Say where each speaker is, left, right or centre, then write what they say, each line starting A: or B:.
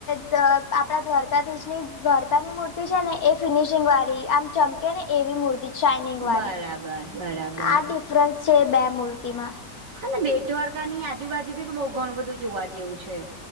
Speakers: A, on the left; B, on the right.
A: ત આપણા દ્વારકાધીશની દ્વારકાની મૂર્તિ છે ને એ ફિનિશિંગવારી આમ ચમકે ને એવી મૂર્તિ શાઇનિંગ વારી.
B: બરાબર બરાબર
A: આ ડિફ ફરન્સ છે બે મૂર્તિમાં.
B: હને બેટ દ્વારકાની આજુબાજુ ભી બઉ ઘણું બધું જોવા જેવું છે.